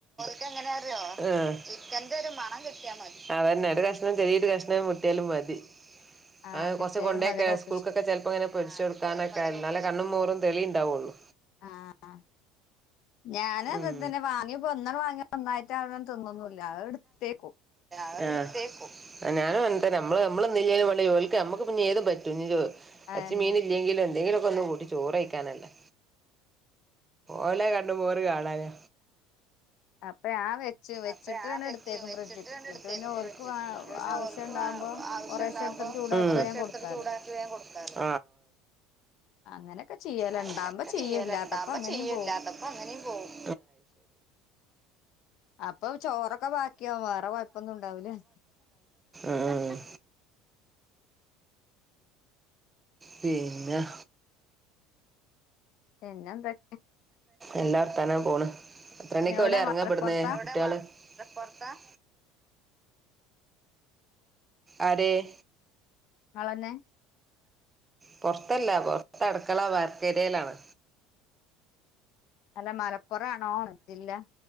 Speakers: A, on the right (about 20°); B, on the left (about 60°).
A: ക്കെങ്ങനെ അറിയോ ആഹ് ചിക്കന്റെ ഒരു മണം കിട്ടിയാ മതി അതെന്നെ ഒരുകഷ്ണം ചെറിയൊരു കഷ്ണം മുട്ടിയാലും മ മതി
B: ആഹ്
A: അത്
B: കിട്ടിയാലും
A: കൊറച്ച് കൊണ്ടെക്കെ
B: അതിനെ ഒപ്പിച്ച്
A: സ്കൂൾക്കൊക്കെ ചെലപ്പങ്ങനെ പൊരിച്ചു കൊടുക്കാനൊക്കെ ന്നാല് കണ്ണും മോറും തെളിയിണ്ടാവൊള്ളൂ
B: ആഹ് ആഹ് ഞാനും അത്
A: ഉം
B: തന്നെ വാങ്ങിയപ്പം ഇന്നണ് വാങ്ങിയപ്പം ഒന്നായിട്ട് അത് തിന്നൊന്നില്ല അത് എട്ത്തേക്കും
A: ആഹ് ഞാനും അങ്ങനെ തന്നെ നമ്മള് നമ്മള് തിന്നില്ലേലും വേണ്ടില്ല ഓൽക്ക് നമ്മക്ക് പിന്നെ ഏതും പറ്റും ഇ
B: അതെന്നെ
A: എറച്ചിം മീനും ഇല്ലെങ്കിലും എന്തെങ്കിലും ഒന്ന് കൂട്ടി ചോറ് വെയ്ക്കാനല്ലെ ഓലെ കണ്ണും മോറും കാണാന
B: അപ്പൊ ഞാൻ വെച്ച് വെച്ചിട്ടാണ്
A: അപ്പ ആ വെച്ച്
B: എടുത്തേക്കും
A: വെച്ചിട്ട്
B: ഫ്രിഡ്ജ്ക്ക്
A: രണ്ട
B: എന്നിട്ട്
A: എടുത്തേക്കുമ്പ
B: പിന്നെ ഓൽക്ക്
A: വച്ചിട്ടിട്ട് പിന്നെ
B: ആവശ്യം
A: ഓർക്ക്-
B: ഉണ്ടാവുമ്പോ
A: ആവശ്യംണ്ടാകുമ്പോ
B: കൊറേശെ എടുത്തിട്ട് ചൂടാക്കി
A: കുറെശ്ശെ
B: വേഗം കൊടുക്കാലോ
A: എടുത്ത് ചൂടാക്കിവേഗംകൊടുക്കാലോ-
B: അങ്ങനൊക്കെ ചെയ്യല്
A: അങ്ങനക്കെ
B: ഇണ്ടാവുമ്പോ ചെയ്യും
A: ചെയ്യല
B: ഇല്ലാത്തപ്പോ
A: ഉണ്ടാവകുമ്പോ
B: അങ്ങനെയും
A: ചെയ്യൂല്ലാതപ്പോ
B: പോവും
A: അങ്ങനെയും പോകും-
B: അപ്പൊ- ചോറൊക്കെ ബാക്കിയാവ വേറ കൊഴപ്പൊന്നും ഇണ്ടാവൂല-
A: ഉം പിന്നെ-
B: പിന്നെന്താ-
A: എല്ലാ വർത്താനം പോണ് എത്ര മണിക്ക്
B: എവിടെ
A: ഓല് ഇറങ്ങാ
B: മലപ്പുറത്താ
A: ഇബടന്ന് കുട്ടികള്- ന്താ പൊറ്ത്താ- ആരെ-
B: ആളന്നെ-
A: പൊറത്തല്ല പൊറത്തടുക്കള വാർക്കേരിയേലാണ്
B: അല്ല മലപ്പൊറ ആണോ ജില്ല-